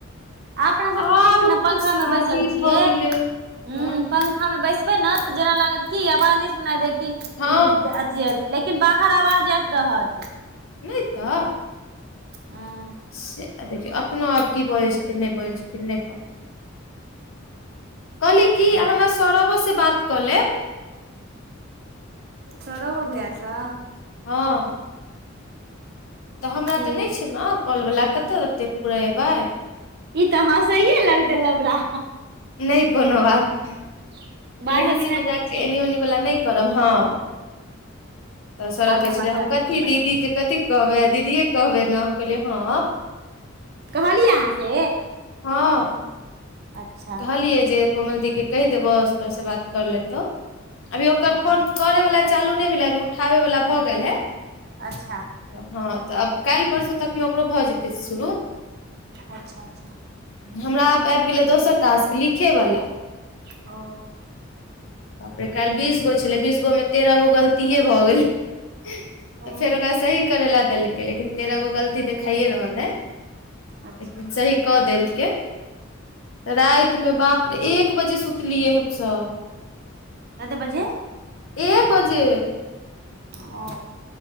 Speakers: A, on the right; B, on the left.
A: अपना सब
B: आब
A: सोचै छियै न पंखा
B: तऽ शादी
A: मे बैसल छियै
B: भऽ गेलै हँ
A: ह पंखा मे बैसबै न तऽ जेना लागत कि आवाज नहि सुना देकि उऽ
B: हँ
A: जा अथी लेकिन बाहर आवाज जाइत रहत
B: नहि तऽ
A: ह
B: से देखियौ एखनो आब की बजै छथिन नहि बजै छथिन नहि पता कहली की आँह सौरबो से बात कऽ लेब
A: सौरभ‌ओ भैया स
B: हँ तऽ हमरा
A: ठीक
B: तऽ नहि छै नऽ काॅल वाला कतहु ओते पूरेबै
A: ई तऽ हस‌यै लगत‌इ लबरा
B: नहि कोनो बात
A: <inaudible> <inaudible>
B: खाली हँसी
A: मिनट
B: मजाक
A: तऽ
B: के
A: छै
B: एनी ओनी वला नहि करब हँ तऽ सौरव
A: हाल
B: कहै
A: समाचार
B: छलै हम कथी
A: पूछि पाछ
B: दीदी के कथी कहबै दीदिए कहबै ने हम कहलियै हा
A: कहलियै अहाँ से
B: हाँ
A: अच्छा
B: कहलियै जे कोमल दी केँ कहि देबो से तोरा सँ बात कर लेतौ अभी ओकर
A: ह
B: फोन करे वाला चालू नहि भेले अभी उठाबे वाला भए गेल हेय
A: अच्छा
B: हँ तऽ आब काल्हि परसू तकमे ओकरो भऽ जेतै शुरू
A: अच्छा अच्छा
B: हमरा आब आबि गेलै दोसर टास्क लिखै वला
A: ओ
B: बापरे काल्हि बीस गो छलै बीस गो मे तेरह गो गलतीए भऽ गेलै तऽ
A: ओ
B: फेर ओकरा सही करै ला देलकै लेकिन तेरगो गलती देखाइए रहल है
A: अच्छा
B: लेकिन सही कऽ देलकै रातिमे बाप रे एक बजे सुतलियै हमसभ
A: कते बजे
B: एक बजे
A: ओ